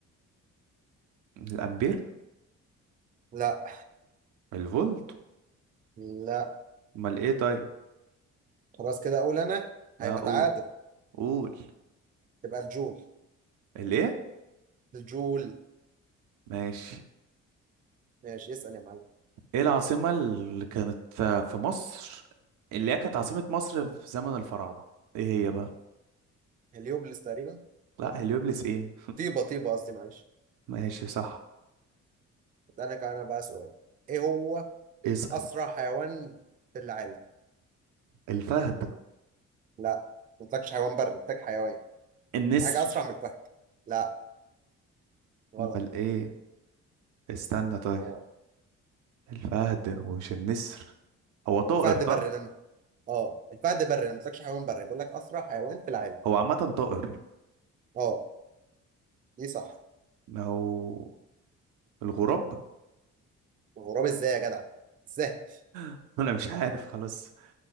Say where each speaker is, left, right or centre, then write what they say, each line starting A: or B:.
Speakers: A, on the right (about 85°); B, on the right (about 30°).
A: الامبير
B: لا
A: الفولت
B: لا
A: امال ايه طيب
B: خلاص كده اقول انا هيبقى
A: اقول قول
B: تعادل
A: قول
B: تبقى الجول
A: الايه
B: الجول
A: ماشي
B: ماشي اسال يا معلم
A: ايه العاصمة اللي كانت في مصر اللي هي كانت عاصمة مصر في زمن الفراعنة ايه هي بقى
B: هليوبلس تقريبا
A: لا
B: او
A: هليوبلس ايه
B: طيبه طيبه قصدي معلش
A: ماشي صح
B: انا كان انا بقى سؤال ايه هو
A: اسأل
B: اسرع حيوان في العالم
A: الفهد
B: لا ما قلتلكش حيوان بري قلتلك حيوان
A: النسر
B: حاجه اسرع من الفهد لا غلط
A: امال ايه استنى طيب
B: اه
A: الفهد ومش النسر هو طائر
B: هو الفهد
A: صح
B: بري نمر اه الفهد بري أنا ما قلتلكش حيوان بري بقول لك اسرع حيوان في العالم
A: هو عامة طائر
B: اه دي صح
A: ما هو الغراب
B: غراب ازاي يا جدع ازاي
A: <laughs> انا مش عارف خلاص